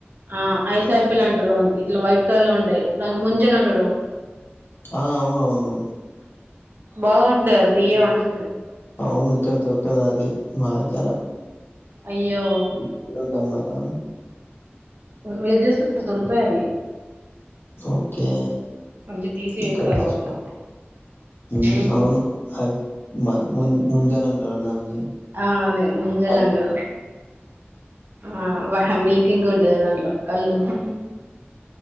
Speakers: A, on the right; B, on the left.
A: ఆ ఐస్ ఆపిల్ అంటారుం ఇట్లా వైట్ కలర్ లో ఉంటాయి దన్ ముంజలు అంటాడు
B: ఆ అవును అవును
A: బాగుంట దియ్యే మంచి మిట్టన్
B: అవును ఇక్కడ దొరకదు అది మా దగ్గర
A: అయ్యో
B: సిటీలో ఉంటాం కదా ఆ
A: వేజెస్ దొరుకుతావ్ అవి
B: ఓకే
A: మంచి తీసి
B: ఇక్కడ
A: ఇస్తారు
B: కష్ట
A: వాళ్ళు
B: ఊ
A: ఉమ్
B: అవును హ మ ము ముంజాలు అంటారు దాన్ని
A: ఆ మేం ముంజలు
B: పళ్ళు
A: అంటాం ఆ వాహ మిల్కింగ్ ఉంటంది దాంట్లో కళ్ళు ఉప్పు